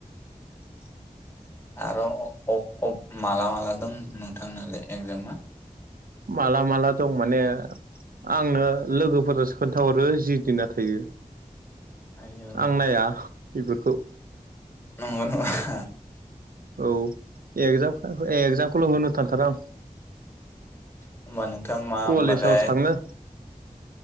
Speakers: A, on the left; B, on the right.
A: <inaudible> आरो अ अ माला माला दं नोंथांनालाय एगजामा?
B: माला माला दं माने आंनो लोगोफोरासो खोन्थाहरो जि दिना थायो
A: आयौ
B: आं नाया बेफोर खौ
A: नंगौ ना नङा?
B: औ एक्जाम एगजामखौल' होनो थांथारो आं
A: होमबा नोंथां मा होमबालाय
B: कलेजाव थाङो